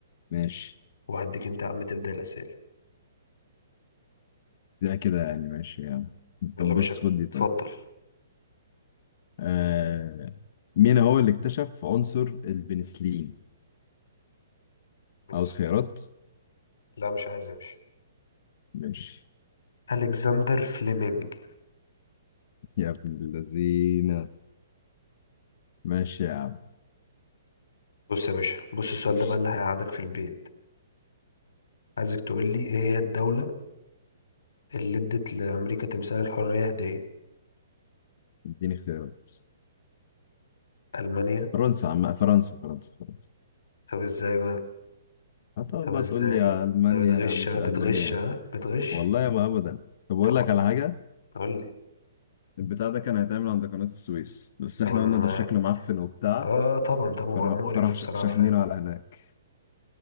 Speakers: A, on the left; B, on the left.
A: ماشي
B: وهديك انت يا عم تبدأ الأسئلة
A: ده كده يعني ماشي يا عم
B: يلا
A: طب
B: يا باشا
A: بص خد دي طيب
B: اتفضل
A: آه مين هو اللي اكتشف عنصر البنسلين؟
B: بنسلين
A: عاوز خيارات؟
B: لا مش عايز يا باشا
A: ماشي
B: ألكسندر فليمنج
A: يا ابن اللذينة ماشي يا عم
B: بص يا باشا بص السؤال
A: خش
B: ده بقى اللي هيقعدك في البيت عايزك تقول لي ايه هي الدولة اللي ادت لأمريكا تمثال الحرية هدية
A: اديني اختيارات
B: ألمانيا
A: فرنسا عم فرنسا فرنسا فرنسا
B: طب ازاي بقى
A: هتقعد
B: طب
A: بقى
B: ازاي
A: تقول لي يا ألمانيا
B: ده بتغش
A: مش
B: ها
A: ألمانيا
B: بتغش ها بتغش
A: والله ما أبدا طب أقول
B: طب
A: لك على حاجة
B: قول لي
A: البتاع ده كان هيتعمل عند قناة السويس بس احنا
B: طب انا
A: قلنا ده
B: معاك
A: شكله معفن وبتاع
B: اه طبعا طبعا
A: فراح
B: هو مقرف
A: فراح ش-
B: بصراحة
A: شاحنينه
B: فعلا
A: على هناك